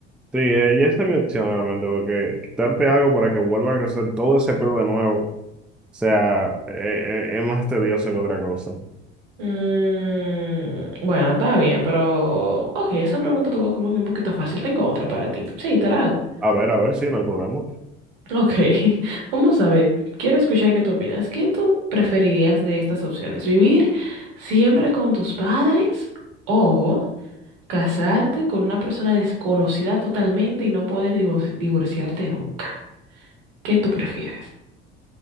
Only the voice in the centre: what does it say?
sí, eh, y esta es mi opción realmente, porque quitarte algo para que vuelva a crecer todo ese pelo de nuevo, o sea, eh, eh, es más tedioso que otra cosa.
A ver, a ver si no hay problema.